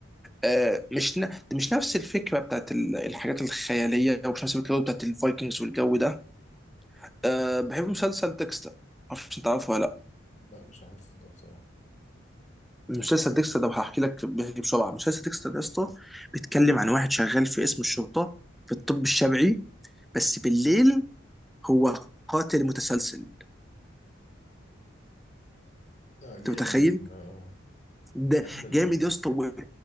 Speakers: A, in the centre; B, on the left.
A: آه مش ن... مش نفس الفكره بتاعت ال- الحاجات الخياليه ومش نفس الفكره بتاعت الفايكنجز والجو ده آه بحب مسلسل ديكستر معرفش انت عارفه ولا
B: لا مش عارف ده بصراحة
A: مسلسل ديكستر ده هحكي لك بيحكي بسرعه مسلسل ديكستر ده يا اسطى بيتكلم عن واحد شغال في قسم الشرطه في الطب الشرعي بس بالليل هو قاتل متسلسل
B: لا
A: انت
B: جامد
A: متخيل
B: آه،
A: ده
B: جامدة الفكرة
A: جامد يا اسطى و-